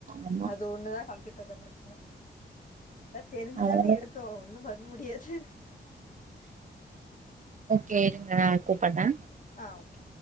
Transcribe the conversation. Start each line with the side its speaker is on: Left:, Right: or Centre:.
Right: ஆமா
Left: அது ஒண்ணுதான் கம்பியூட் டர்ல பிரச்சன நா தெரிஞ்சுதானே
Right: அதனால
Left: எடுத்தோ ஒன்னும் பண்ண முடியாது
Right: கேளுங்க நான் கூப்பட்ரே
Left: ஆ ஓகே